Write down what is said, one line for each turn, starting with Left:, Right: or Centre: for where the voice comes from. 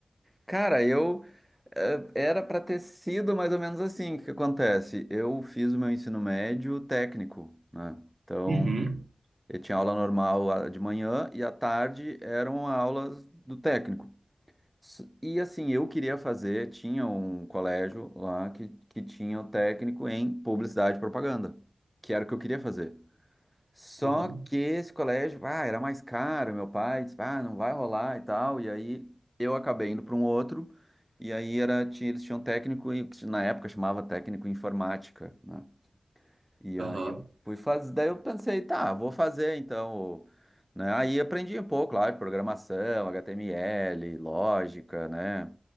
Centre: Cara, eu É, Era para ter sido mais ou menos assim. O que que acontece? Eu fiz o meu ensino médio técnico, né? Então,
Right: Uhum,
Centre: eu tinha aula normal ah, de manhã e à tarde eram aulas do técnico. S- E assim, eu queria fazer, tinha um colégio lá que, que tinha o técnico em publicidade e propaganda, que era o que eu queria fazer. Só
Right: aham,
Centre: que esse colégio, ah, era mais caro, meu pai disse, ah, não vai rolar e tal. E aí eu acabei indo para um outro, e aí era, tinha, eles tinham técnico, em- que na época chamava técnico em informática, né? E
Right: aham,
Centre: aí eu fui fazer, daí eu pensei, tá, vou fazer então, né? Aí aprendi um pouco, claro, programação, HTML, lógica, né?